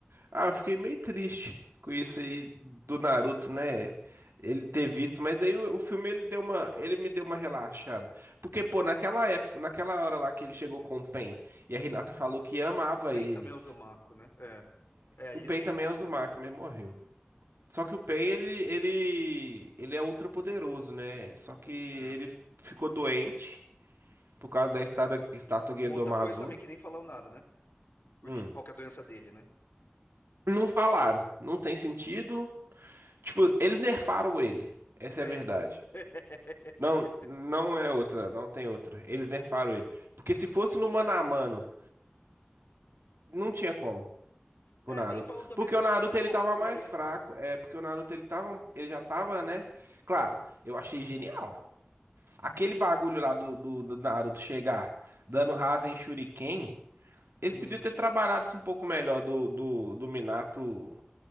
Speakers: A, on the right; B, on the left.
A: Ah, eu fiquei meio triste com isso aí do Naruto, né? Ele ter visto, mas aí o, o filme ele deu uma, ele me deu uma relaxada. Porque, pô, naquela época, naquela hora lá que ele chegou com o Pen e a Renata falou que amava
B: O Pen
A: ele.
B: também é o Zomaco, né? É. É, ali-
A: O Pen também é Uzumaki,
B: <laughs>
A: mas morreu. Só que o Pen ele ele ele é ultra poderoso, né? Só que ele
B: é.
A: ficou doente por causa da estada- estátua Gedomazo.
B: Outra coisa também que nem falaram nada, né? Porque,
A: Hum.
B: qual que é a doença dele, né?
A: Não falaram, não tem sentido. Tipo, eles nerfaram ele. Essa
B: É,
A: é a verdade.
B: <laughs>
A: Não, não é outra, não tem outra. Eles nerfaram ele. Porque se fosse no mano a mano, não tinha como pro
B: é
A: Naruto.
B: nem falam também
A: Porque
B: por
A: o Naruto
B: que que
A: ele
B: colocam,
A: tava
B: fizeram
A: mais
B: isso,
A: fraco.
B: velho.
A: É, porque o Naruto ele tava, ele já tava, né? Claro, eu achei genial. Aquele bagulho lá do, do, do Naruto chegar dando rasa em Shuriken, eles
B: Hum,
A: podiam ter trabalhado isso um pouco melhor do, do, do Minato,